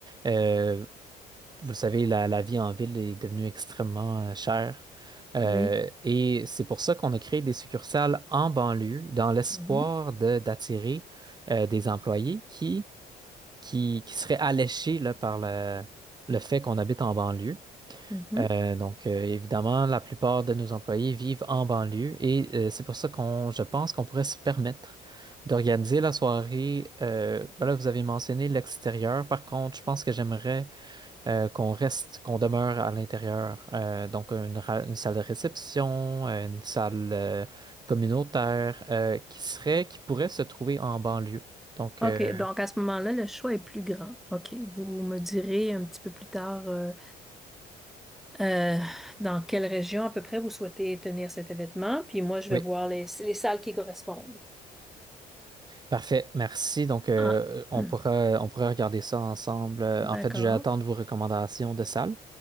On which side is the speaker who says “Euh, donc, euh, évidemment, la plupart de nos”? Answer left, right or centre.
Right